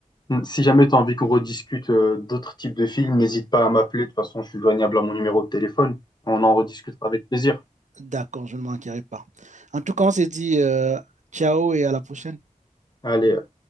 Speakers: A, on the left; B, on the right.
A: mm, si jamais t'as envie qu'on rediscute euh, d'autres types de films, n'hésite pas à m'appeler. De toute façon, je suis joignable à mon numéro de téléphone. On en rediscutera avec plaisir.
B: D'accord, je ne manquerai pas. En tout cas, on se dit euh, ciao et à la prochaine.
A: Allez.